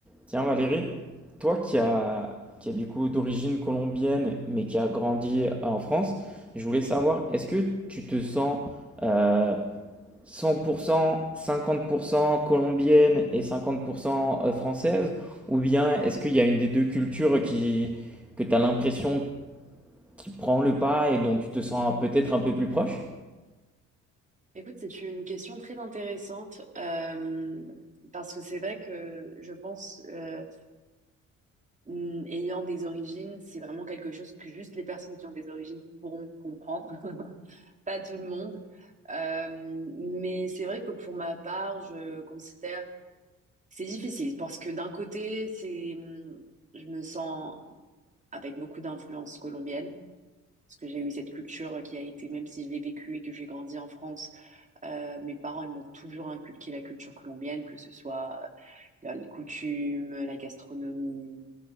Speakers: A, in the centre; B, on the right (about 25°).
A: Tiens Valérie, toi qui as qui a du coup d'origine colombienne mais qui a grandi euh, en France, je voulais savoir, est-ce que tu te sens euh, cent pour cent cinquante pour cent colombienne et 50% française ou bien est-ce qu'il y a une des deux cultures qui, que tu as l'impression qui prend le pas et dont tu te sens peut-être un peu plus proche?
B: Écoute, c'est une question très intéressante euh, parce que c'est vrai que je pense, euh, mm, ayant des origines, c'est vraiment quelque chose que juste les personnes qui ont des origines pourront comprendre, <laughs> pas tout le monde. Euh, mais c'est vrai que pour ma part, je considère que c'est difficile parce que d'un côté, c'est, mm, je me sens avec beaucoup d'influence colombienne parce que j'ai eu cette culture qui a été, même si je l'ai vécue et que j'ai grandi en France. Euh, mes parents, ils m'ont toujours inculqué la culture colombienne, que ce soit euh, les coutumes, euh, la gastronomie,